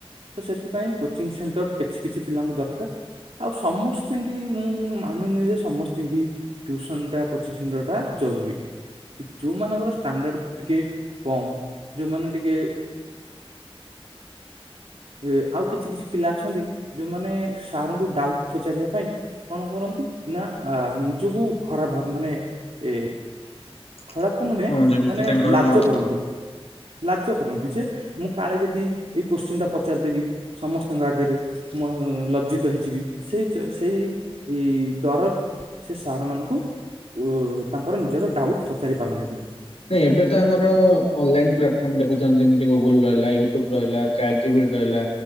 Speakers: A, on the right; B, on the left.
A: ତ ସେଥିପାଇଁ କୋଚିଂ ସେଣ୍ଟର କିଛି କିଛି ପିଲାଙ୍କୁ ଦରକାର। ଆଉ ସମସ୍ତେ କି ମୁଁ ମାନୁନି ଯେ ସମସ୍ତେ କି ଟ୍ୟୁସନ ଟା କୋଚିଂ ସେଣ୍ଟର ଟା ଜରୁରୀ କି ଯୋଉମାନଙ୍କର ଷ୍ଟାଣ୍ଡାର୍ଡର ଟିକେ କମ୍ ଯୋଉମାନେ ଟିକେ ଯେ ଆଉ କିଛି କିଛି ପିଲା ଅଛନ୍ତି ଯୋଉମାନେ ସାରଙ୍କୁ ଡାଉଟ୍ ପଚାରିବା ପାଇଁ କଣ କରନ୍ତି ନା ଆ ନିଜକୁ ଖରାପ ଭାବ ମାନେ ଏ
B: <unintelligible>
A: ଖରାପ ତ ନୁହେଁ
B: ହଁ ଯେମିତି
A: ମାନେ
B: ତାଙ୍କର
A: ଲାଜ କରନ୍ତି। ଲାଜ କରନ୍ତି ଯେ ମୁଁ କାଳେ ଯଦି ଏଇ କୋ୍ଚିନ୍ ଟା ପ ପଚାରି ଦେବି ସମସ୍ତଙ୍କ ଆଗରେ ମୁଁ ଲଜ୍ଜିତ ହେଇଯିବି ସେଇ ସେଇ ଡର ସେ ସାର୍ ମାନଙ୍କୁ ଉ ତାଙ୍କର ନିଜର ଡାଉଟ୍ ପଚାରି ପାରନ୍ତିନି।
B: ନାଇଁ ଏବେ ତ ଆମର ଅନଲାଇନ ପ୍ଲାଟଫର୍ମ ଦେଖୁଛନ୍ତି ଯେମିତି ଗୁଗୁଲ ରହିଲା ୟୁଟୁବ ରହିଲା ଚାଟ୍ ଜିପ୍ ରହିଲା